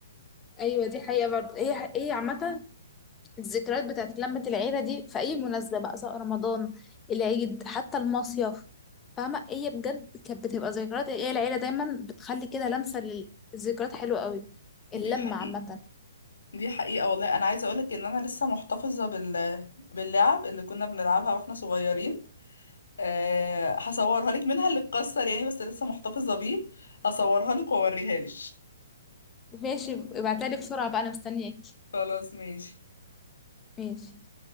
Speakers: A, on the left; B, on the left.
A: ايوه دي حقيقه برضه هي هي عامه الذكريات بتاعت لمه العيله دي في اي مناسبه بقى سواء رمضان العيد حتى المصيف فاهمه هي بجد كانت بتبقى ذكريات هي العيله دايما بتخلي كده لمسه للذكريات حلوه قوي
B: دي
A: اللمه
B: حقيقة
A: عامه
B: دي حقيقة والله انا عايزة اقولك ان انا لسه محتفظة بال... باللعب اللي كنا بنلعبها واحنا صغيرين أه هصورها لك منها اللي اتكسر يعني بس لسه محتفظة بيه هصورها لك واوريها لك
A: ماشي ابعتلي بسرعة بقى انا مستنياك
B: خلاص ماشي
A: ماشي